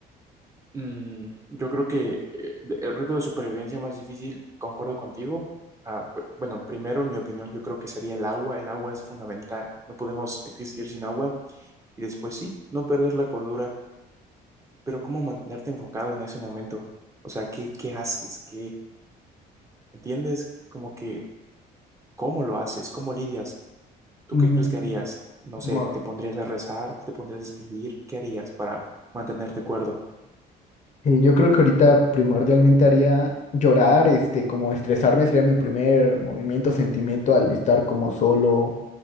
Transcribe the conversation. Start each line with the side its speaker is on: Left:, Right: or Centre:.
Right: Mm, yo creo que eh, de- el reto de supervivencia más difícil, concuerdo contigo. Ah, bu- bueno, primero, en mi opinión, yo creo que sería el agua. El agua es fundamental. No podemos existir sin agua. Y después sí, no perder la cordura. Pero ¿cómo mantenerte enfocado en ese momento? O sea, ¿qué, qué haces? ¿Qué entiendes? Como que, ¿cómo lo haces? ¿Cómo lidias? ¿Tú
Left: Mm,
Right: qué crees que harías? No sé,
Left: no.
Right: ¿te pondrías a rezar? ¿Te pondrías a escribir? ¿Qué harías para mantenerte cuerdo?
Left: Eh, yo creo que ahorita primordialmente haría llorar, este, como estresarme sería mi primer movimiento, sentimiento al estar como solo,